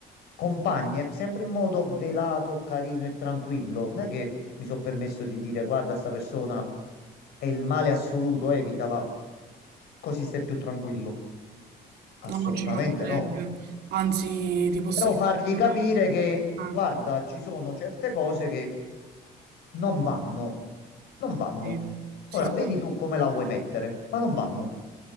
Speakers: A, on the left; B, on the right.
A: compagne, sempre in modo velato, carino e tranquillo. Non è che mi sono permesso di dire guarda, sta persona è il male assoluto, evitala, così stai più tranquillo. Assolutamente
B: No, non ci mancherebbe.
A: no.
B: Anzi, ti posso
A: Però
B: ripetere.
A: fargli capire che
B: Ah,
A: guarda, ci sono certe cose che non vanno, non vanno.
B: sì, sì,
A: Ora
B: sì.
A: vedi
B: sì.
A: tu come la vuoi mettere, ma non vanno.